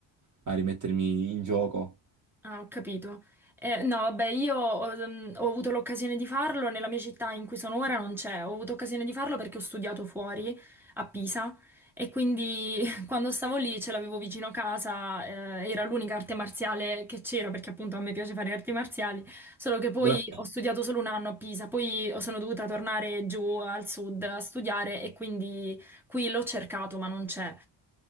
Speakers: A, on the right; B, in the centre.
A: a rimettermi in gioco.
B: Ah, ho capito. Eh, no, vabbè, io ho, ehm, ho avuto l'occasione di farlo nella mia città in cui sono ora, non c'è. Ho avuto occasione di farlo perché ho studiato fuori a Pisa e quindi <laughs> quando stavo lì ce l'avevo vicino casa, eh, era l'unica arte marziale che c'era perché appunto a me piace fare arti marziali, solo che poi
A: Però-
B: ho studiato solo un anno a Pisa, poi sono dovuta tornare giù al sud a studiare e quindi... Qui l'ho cercato, ma non c'è.